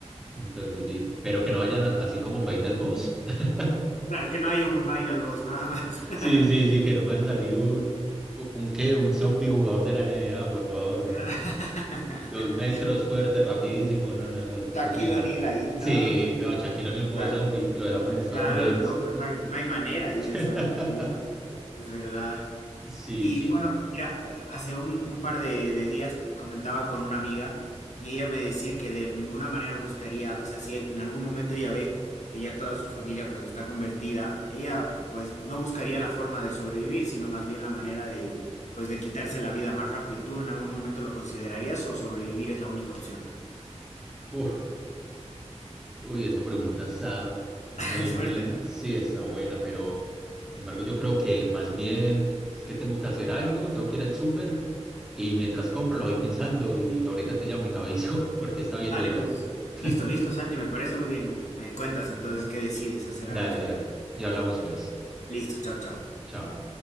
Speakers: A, in the centre; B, on the left.
A: Entonces sí, pero que no vayan a- así como Final Boss. <laughs>
B: Claro, que no hay un final boss, nada más. <laughs>
A: Sí, sí, sí, que no vaya a salir un, un, qué, un zombie jugador de la NBA, por favor.
B: Claro. <laughs>
A: Dos metros fuerte, rapidísimo. No, no, no, eso
B: Shaquille
A: sí, no.
B: O'Neal ahí, no.
A: Sí, no, Shaquille O'Neal modo
B: Claro.
A: zombie, lo dejamos en Estados
B: Claro,
A: Unidos.
B: no, pues no hay, no hay manera ahí de
A: <laughs>
B: sobrevivir, es verdad.
A: Sí,
B: Y
A: sí.
B: bueno, mira, eh, hace un, un par de, de días comentaba con una amiga y ella me decía que de ninguna manera buscaría, o sea, si en algún momento ella ve que ya toda su familia pues está convertida, ella pues no buscaría la forma de sobrevivir, sino más bien la manera de pues de quitarse la vida más rápido. ¿Tú en algún momento lo considerarías o sobrevivir es la única opción?
A: Uf. Uy, esa pregunta está muy,
B: <laughs> Suerte,
A: muy,
B: ¿no?
A: sí, está buena, pero sin embargo yo creo que más bien es que tengo que hacer algo, tengo que ir al súper y mientras compro lo voy pensando y ahorita te llamo y te aviso <laughs> porque está bien
B: Dale,
A: dura.
B: pues.
A: <laughs>
B: Listo, listo, Santi, me parece muy bien. Me, me cuentas entonces qué decides hacer
A: Dale,
B: al respecto.
A: dale. Ya hablamos pues.
B: Listo, chao, chao.
A: Chao.